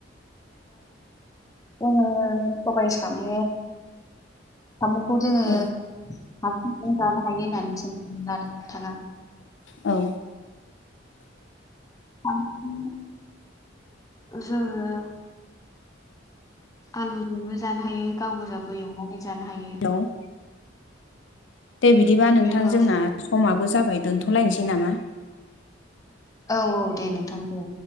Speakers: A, on the left (about 20°); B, on the left (about 70°).
A: जोङो सबायाइ साम' साम'खौ जोङो हारसिंजों
B: औ
A: जानो हायो होननानै जों स न नोंथाङा
B: औ
A: हांसि जोङो आलुजोंबो जानो हायो गाव गोजाबो एवनानै जानो हायो
B: हेल' दे बिदिबा नोंथां
A: हेलौ
B: जोंना समाबो जाबाय दोन्थ'लायनोसै नामा
A: औ औ दे नोंथां दे